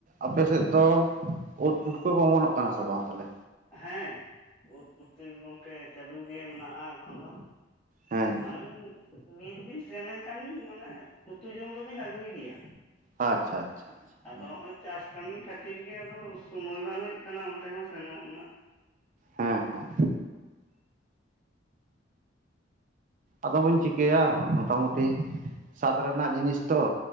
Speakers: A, on the right; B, on the left.
A: ᱟᱯᱮ ᱥᱮᱫ ᱫᱚ ᱳᱴ ᱯᱩᱴᱠᱟᱹ ᱠᱚ ᱚᱢᱚᱱᱚᱜ ᱠᱟᱱᱟ ᱥᱮ ᱵᱟᱝ ᱛᱟᱞᱮ?
B: ᱦᱮᱸ ᱩᱫ ᱯᱩᱴᱠᱟᱹ ᱜᱮ ᱜᱚᱢᱠᱮ ᱪᱟᱹᱞᱩ ᱜᱮ ᱢᱮᱱᱟᱜᱼᱟ ᱮᱠᱷᱚᱱ ᱫᱚ᱾
A: ᱦᱮᱸ
B: ᱢᱟᱱᱮᱢ ᱵᱤᱨ ᱵᱤᱱ ᱥᱮᱱᱞᱮᱱᱠᱷᱟᱱ ᱢᱟᱱᱮ ᱩᱛᱩ ᱡᱚᱢ ᱫᱚᱵᱤᱱ ᱟᱹᱜᱩᱭ ᱜᱮᱭᱟ᱾
A: ᱟᱪᱪᱷᱟ ᱟᱪᱪᱷᱟ᱾ ᱟᱪᱪᱷᱟ
B: ᱟᱫᱚ
A: ᱦᱮᱸ
B: ᱦᱚᱸᱜᱼᱚᱭ ᱪᱟᱥ ᱠᱟᱹᱢᱤ ᱠᱷᱟᱹᱛᱤᱨ ᱜᱮ ᱟᱫᱚ ᱥᱚᱢᱚᱭ ᱵᱟᱝ ᱦᱩᱭᱩᱜ ᱠᱟᱱᱟ ᱚᱱᱛᱮ ᱦᱚᱸ ᱥᱮᱱᱚᱜ ᱱᱟᱜ᱾
A: ᱦᱮᱸ ᱦᱮᱸ ᱟᱫᱚ ᱵᱟᱹᱧ ᱪᱤ ᱠᱟᱹᱭᱟ ᱢᱚᱴᱟᱢᱩᱴᱤ ᱥᱟᱛ ᱨᱮᱱᱟᱜ ᱡᱤᱱᱤᱥ ᱛᱚ